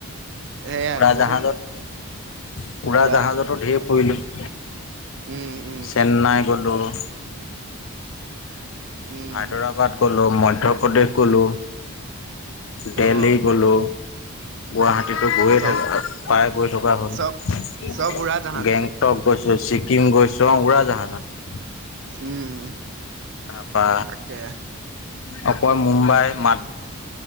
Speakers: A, on the right; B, on the left.
A: সেয়াই
B: উৰা
A: বহুত
B: জাহাজত, উৰা
A: পুৰা
B: জাহাজতো ধঢেৰ ফুৰিলো <inaudible>
A: উম, উম,
B: চেন্নাই গ'লো <unintelligible>
A: উম,
B: হায়দৰাবাদ গ'লো মধ্য প্ৰ্ৰদেশ গ'লো দেল্লহী
A: অ',
B: গ'লো গুৱাহাটী <inaudible> কিন্তু গৈয়ে
A: চব
B: থাকে প্ৰায় গৈ থকা হয়।
A: চব চব উৰা জাহাজতে
B: গেংটক গৈছো, ছিকিম গৈছো অ', উৰাজাহাজত <unintelligible>
A: উম,
B: তাৰপা
A: তাকে
B: আকৌ মুম্বাই মা